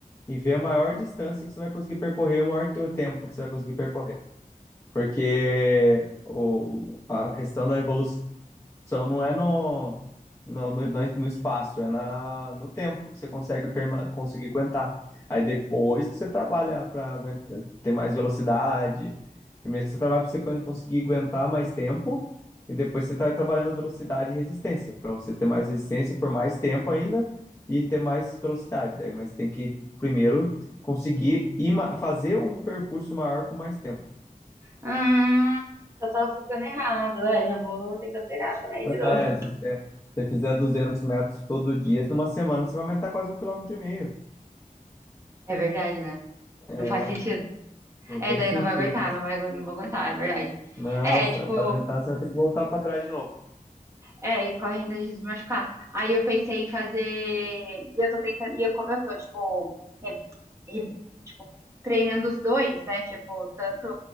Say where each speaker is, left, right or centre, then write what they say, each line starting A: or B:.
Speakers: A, on the left; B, on the right.
A: e ver a maior distância que você vai conseguir percorrer, o maior teu tempo que você vai conseguir percorrer. Porque o, a questão da evolução só não é no, no, no, no no espaço, é na, no tempo que você consegue perma, conseguir aguentar. Aí depois que você trabalha para ter mais velocidade. Primeiro você trabalha para você conseguir aguentar mais tempo, e depois você está trabalhando velocidade e resistência, para você ter mais resistência por mais tempo ainda e ter mais velocidade. Daí, mas tem que primeiro conseguir ir, ma- fazer um percurso maior com mais tempo.
B: Hum, eu tava ficando errado. É, já vou ter que alterar também de novo.
A: Ah, é, se você, você fizer 200 metros todo dia, numa semana você vai aumentar quase um quilômetro e meio.
B: É verdade, né?
A: É,
B: Não faz sentido.
A: não
B: É,
A: tem
B: daí
A: sentido.
B: não vai aguentar, não vai, agu- não vou aguentar, é verdade.
A: Não,
B: É,
A: se
B: tipo,
A: não aumentar, você vai ter que voltar para trás de novo.
B: É, e corre ainda risco se machucar. Aí eu pensei em fazer. E eu tô tentando. E eu, como eu tô, tipo, re- re- tipo, treinando os dois, né? Tipo, tanto